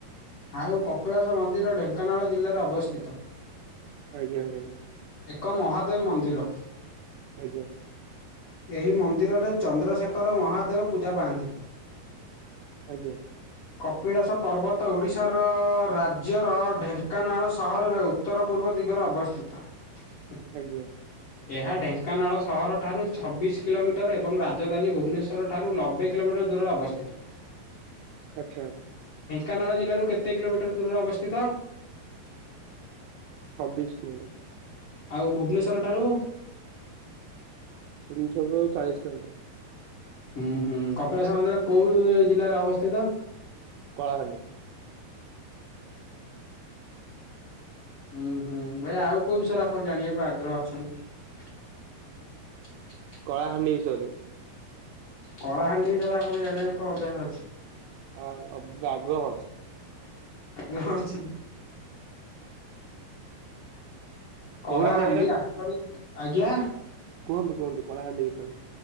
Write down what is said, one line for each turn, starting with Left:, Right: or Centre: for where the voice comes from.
Left: ଆଉ କପିଳାସ ମନ୍ଦିର ଢେଙ୍କାନାଳ ଜିଲ୍ଲାରେ ଅବସ୍ଥିତ।
Right: ଆଜ୍ଞା, ଭାଇନା।
Left: ଏକ ମହାଦେବ ମନ୍ଦିର।
Right: ଆଜ୍ଞା।
Left: ଏହି ମନ୍ଦିରରେ ଚନ୍ଦ୍ରଶେଖର ମହାଦେବ ପୂଜା ପାଆନ୍ତି।
Right: ଆଜ୍ଞା।
Left: କପିଳାସ ପର୍ବତ ତ ଓଡ଼ିଶାର ରାଜ୍ୟର ଢେଙ୍କାନାଳ ସହରରେ ଉତ୍ତର ପୂର୍ବ ଦିଗରେ ଅବସ୍ଥିତ। <inaudible>
Right: ଆଜ୍ଞା।
Left: ଏହା ଢେଙ୍କାନାଳ ସହରଠାରୁ ଛବିଶ କିଲୋମିଟର ଏବଂ ରାଜଧାନୀ ଭୁବନେଶ୍ୱର ର ଠାରୁ ନବେ କିଲୋମିଟର ଦୂରରେ ଅବସ୍ଥିତ।
Right: ଆଛା।
Left: କାନାଳ ଜିଲ୍ଲାରୁ କେତେ କିଲୋମିଟର ଦୂରରେ ଅବସ୍ଥିତ?
Right: ଛବିଶ କିଲୋମିଟର।
Left: ଆଉ ଭୁବନେଶ୍ଵର ଠାରୁ?
Right: ଭୂବନେଶ୍ୱର ରୁଚାଳିଶ କିଲୋଟର।
Left: ହୁଁ ହୁଁ କପିଳାସ ମନ୍ଦିର କୋଉ ଜିଲ୍ଲାରେ ଅବସ୍ଥିତ?
Right: କଳାହାଣ୍ଡି।
Left: ହୁଁ ହୁଁ ଭାଇ ଆଉ କୋଉ ବିଷୟରେ ଆପଣ ଜାଣିବାକୁ ଆଗ୍ରହ ଅଛନ୍ତି? <inaudible>
Right: କଳାହାଣ୍ଡି ବିଷୟରେ।
Left: କଳାହାଣ୍ଡି ବିଷୟରେ ଆପଣ ଜାଣିବା କ ଅଭ୍ୟାସ ଅଛି।
Right: ଆ ଅବ ବି ଆଗ୍ରହ ଅଛି।
Left: ଆଗ୍ରହ ଅଛି। କଳାହାଣ୍ଡି
Right: କହୁନାହାନ୍ତି ଭାଇନା
Left: <unintelligible> ଆଜ୍ଞା।
Right: କୁହନ୍ତୁ କୁହନ୍ତୁ କଳାହାଣ୍ଡି ବିଷୟରେ?